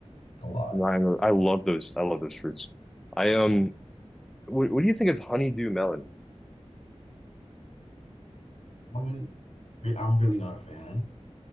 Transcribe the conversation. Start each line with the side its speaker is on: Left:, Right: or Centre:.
Left: a lot.
Centre: Ryan, I love those. I love those fruits. I um what, what do you think of honeydew melon?
Left: I'm re- I'm really not a fan.